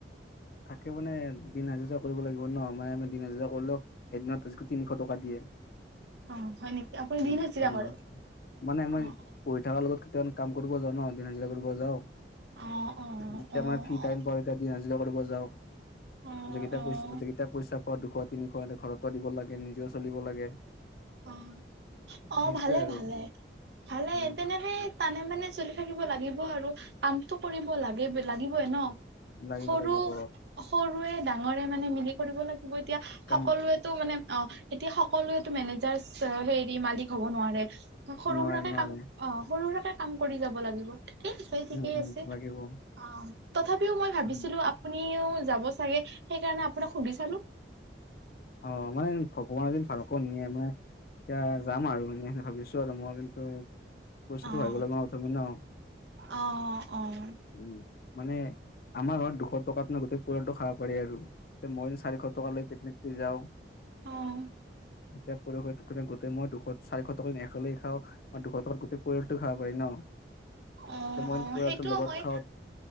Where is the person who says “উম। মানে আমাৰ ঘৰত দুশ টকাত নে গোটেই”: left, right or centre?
Left